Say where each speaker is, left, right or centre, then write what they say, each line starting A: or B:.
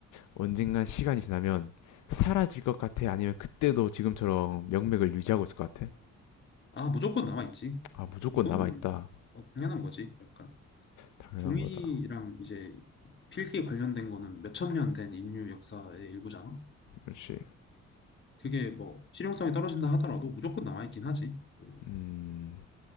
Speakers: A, on the left (about 85°); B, on the left (about 40°).
A: 언젠간 시간이 지나면 사라질 것 같아? 아니면 그때도 지금처럼 명맥을 유지하고 있을 것 같아?
B: 아, 무조건 남아 있지.
A: 아, 무조건
B: 이거는
A: 남아있다.
B: 뭐 당연한 거지. 약간
A: 당연한
B: 종이랑
A: 거다.
B: 이제 필기 관련된 거는 몇천 년 된 인류 역사의 일부잖아.
A: 역시.
B: 그게 뭐 실용성이 떨어진다 하더라도 무조건 남아 있긴 하지. 그,
A: 음.